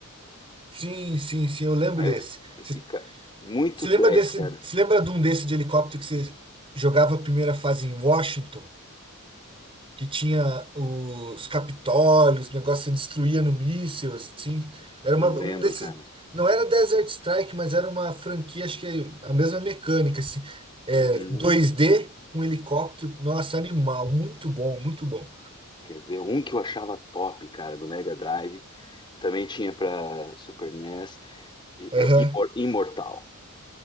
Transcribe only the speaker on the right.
Sim, sim, sim, eu lembro
desse.
Você
você
lembra desse,
você lembra de um desse de helicóptero que você jogava a primeira fase em Washington, que tinha os Capitólios, o negócio se destruía no míssil, assim? Era
uma,
um desses,
não era Desert Strike, mas era uma franquia, acho que é a mesma mecânica, assim, é,
2D com helicóptero, nossa, animal, muito bom, muito bom.
Aham.